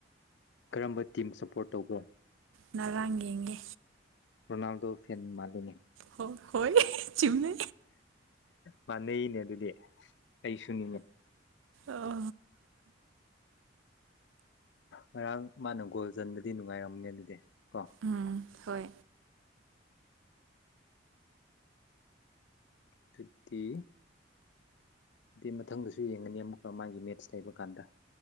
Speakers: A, on the left; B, on the right.
A: ꯀꯔꯝꯕ ꯇꯤꯝ ꯁꯞꯄꯣꯔꯠ ꯇꯧꯕ꯭ꯔꯣ
B: ꯉꯔꯥꯡ ꯌꯦꯡꯒꯦ
A: ꯔꯣꯅꯥꯜꯗꯣ ꯐꯦꯟ ꯃꯥꯜꯂꯤꯅꯦ
B: ꯍꯣꯏ ꯍꯣꯏ ꯆꯨꯝꯃꯦ
A: ꯃꯥꯟꯅꯅꯩꯅꯦ ꯑꯗꯨꯗꯤ ꯑꯩꯩꯁꯨꯅꯤꯅꯦ
B: ꯑꯣ
A: ꯉꯔꯥꯡ ꯃꯥꯅ ꯒꯣꯜ ꯆꯟꯕꯗꯤ ꯅꯨꯡꯉꯥꯏꯔꯝꯅꯤ ꯑꯗꯨꯗꯤ ꯀꯣ
B: ꯎꯝ ꯍꯣꯏ
A: ꯗꯨꯗꯤ ꯗꯤ ꯃꯊꯪꯗꯁꯨ ꯌꯦꯡꯒꯅꯤ ꯑꯃꯨꯛꯀ ꯃꯥꯒꯤ ꯃꯦꯠꯁ ꯂꯩꯕ ꯀꯥꯟꯗ